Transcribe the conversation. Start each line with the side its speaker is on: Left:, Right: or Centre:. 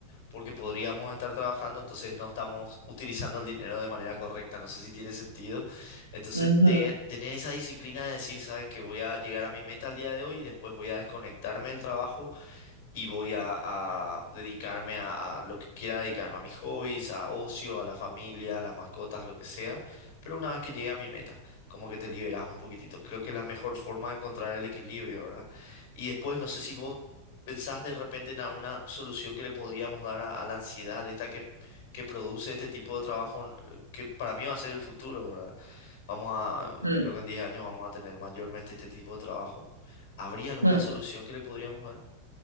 Left: porque podríamos estar trabajando, entonces no estamos utilizando el dinero de manera correcta. No sé si tiene sentido. Entonces,
Right: Ujú.
Left: te- tener esa disciplina de decir, sabes que voy a llegar a mi meta al día de hoy y después voy a desconectarme del trabajo y voy a, a dedicarme a, a lo que quiera dedicarme, a mis hobbies, a ocio, a la familia, a las mascotas, lo que sea, pero una vez que llegue a mi meta, como que te liberas un poquitito. Creo que es la mejor forma de encontrar el equilibrio, ¿verdad? Y después, no sé si vos pensás de repente en alguna solución que le podríamos dar a, a la ansiedad esta que, que produce este tipo de trabajo, que para mí va a ser el futuro, ¿verdad? Vamos a,
Right: Mm,
Left: yo creo que en 10 años vamos a tener mayormente este tipo de trabajo. ¿Habría alguna
Right: mm.
Left: solución que le podríamos